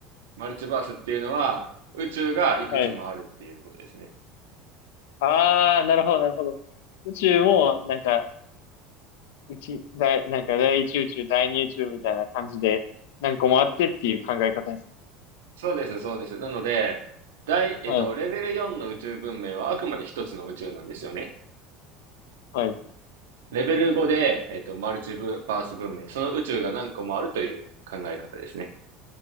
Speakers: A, on the right; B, on the left.
A: マルチバースっていうのは宇宙がいくつもあるっていうことですね。
B: はい。あー、なるほど、なるほど。宇宙も、なんか、一、大、なんか第一宇宙、第二宇宙みたいな感じで、何個もあってっていう考え方ですね。
A: そうです、そうです。なので、第、えっと、
B: はい。
A: レベル4の宇宙文明はあくまで一つの宇宙なんですよね。
B: はい。う
A: レベル5で、えっと、マルチブバース文明、その宇宙が何個もあるという考え方ですね。